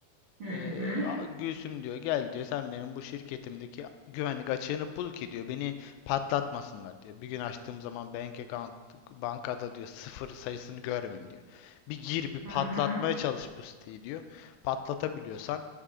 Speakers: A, on the right (about 80°); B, on the left (about 90°).
A: Hı
B: Ee,
A: hı,
B: Gülsüm diyor gel diyor sen benim bu şirketimdeki güvenlik açığını bul ki diyor beni patlatmasınlar diyor. Bir gün açtığım zaman bank account bankada diyor sıfır sayısını görmeyeyim diyor. Bir gir bir patlatmaya
A: hı hı,
B: çalış bu siteyi diyor. Patlatabiliyorsan